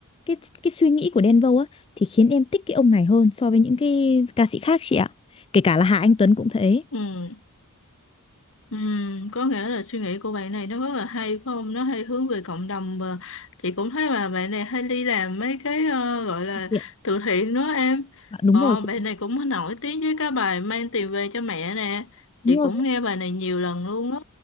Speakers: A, on the left (about 25°); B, on the left (about 65°).
A: cái cái suy nghĩ của Đen Vâu á thì khiến em thích cái ông này hơn so với những cái ca sĩ khác chị ạ kể cả là Hà Anh Tuấn cũng thế
B: ừ. Ừm, có nghĩa là suy nghĩ của bạn này nó rất là hay phải không? Nó hay hướng về cộng đồng và chị cũng thấy mà bạn này hay đi làm mấy cái ờ, gọi là
A: Chị
B: từ thiện nữa em.
A: À, đúng
B: Ờ,
A: rồi chị.
B: bạn
A: ạ.
B: này cũng nổi tiếng với cái bài mang tiền về cho mẹ nè.
A: Đúng
B: Chị
A: rồi,
B: cũng nghe bài này nhiều lần luôn á.